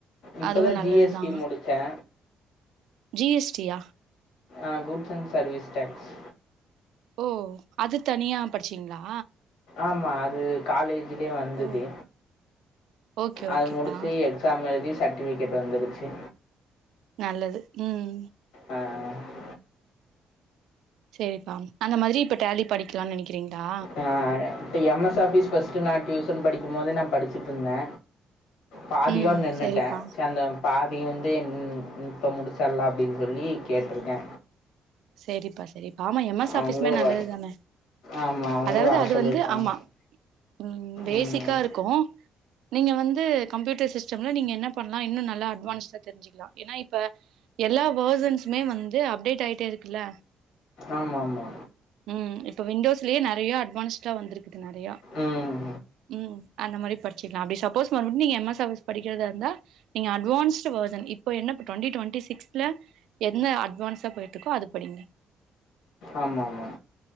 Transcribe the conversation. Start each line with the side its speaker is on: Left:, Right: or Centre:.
Left: இப்பதா
Right: அதுவு நல்லதுதா
Left: ஜி எஸ் டி முடிச்சே
Right: ஜி எஸ் டியா
Left: ஆ குட்ஸ் அண்ட் சர்வீஸ் டேக்ஸ்
Right: ஓ அதுத் தனியாப் படிச்சீங்ளா
Left: ஆமா அது காலேஜூலியே வந்தது
Right: ஓ ஓகே
Left: அத
Right: ஓகேப்பா
Left: முடிச்சி எக் க்ஷாம் எழுதி சர்டிஃபிகேட் வந்துருச்சி
Right: நல்லது ம்
Left: அ அ
Right: சேரிப்பா அந்த மாரி இப்ப டேலிப் படிக்லான் நெனைக்றீங்ளா
Left: ஆ இப்ப எம் எஸ் ஆஃபீஸ் ஃபர்ஸ்ட்டு நா டியூஷன் படிக்கம்மோது நாப் படிச்சிட்ருந்தே பாதியோட்
Right: ம்
Left: நின்னுட்டே
Right: சேரிப்பா
Left: சேந்தம் பாதி வந்து இன் இப்ப முடிச்சல்லா அப்டின் சொல்லி கேட்ருக்கே
Right: சேரிப்பா செரிப் ஆமா எம் எஸ்
Left: அவங்களு
Right: ஆஃபிஸ்மே நல்லதுதானே
Left: வர ஆமா அவங்களு
Right: அதாவ்து
Left: வர
Right: அது
Left: சொல்லியிருக்காங்க
Right: வந்து ஆமா ம் பேசிக்கா
Left: ம்
Right: இருக்கு நீங்க வந்து கம்யூட்டர் சிஸ்டம்ல நீங்க என்னப் பண்லா இன்னு நல்லா அட்வான்ட்ஸா தெரிஞ்சிக் யா எனா இப்ப எல்லா வேர்சன்ஸுமே வந்து அப்டேட் ஆயிட்டே இருக்குல்ல
Left: ஆமா மா
Right: ம் இப்போ விண்டோஸ்லியே நெறைய அட்வான்ஸ்டா வந்துருக்குது நெறையா
Left: ம்
Right: ம் அந்த மாரி படிச்சிக்லா அப்டி சப்போஸ் மறுப்டியு நீங்க எம் எஸ் ஆஃபிஸ் படிகறதாருந்தா நீங்க அட்வான்ஸ்டு வேர்ஷன் இப்ப என்னப் டுவெண்டி டுவெண்டி சிக்ஸ்ல என்ன அட்வான்ஸா போயிட்ருக்கோ அது படிங்க
Left: ஆமா மா